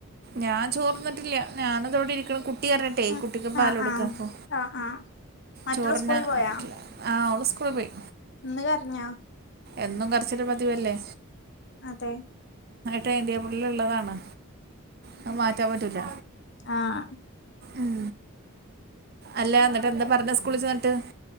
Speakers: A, on the right; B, on the left.
A: ഞാൻ ചോർന്നിട്ടില്ല ഞാനിതാ ഇവടെ ഇരിക്കണ് കുട്ട് ട്ടി പർഞ്ഞിട്ടെ
B: ഉം
A: കുട്ടിക്ക് പാൽ
B: ആഹ്
A: കൊടുക്കാ
B: ആഹ്
A: ഇപ്പൊ
B: ആഹ് ആഹ് മറ്റുള്ള
A: ചോറ്ന്നാൻ
B: സ്കൂളിൽ പോയാ
A: ആയിട്ടില്ല ആഹ് ഓള് സ്കൂള് പോയി
B: ഇന്ന് കരഞ്ഞോ
A: എന്നും കരച്ചില് പതിവല്ലേ
B: അതെ
A: ടൈം ടേബിളില് ഉള്ളതാണ് അത് മാറ്റാൻ പറ്റൂല
B: ആഹ്
A: ഉം അല്ല എന്നിട്ട് എന്താ പറഞ്ഞെ സ്കൂളി ചെന്നിട്ട്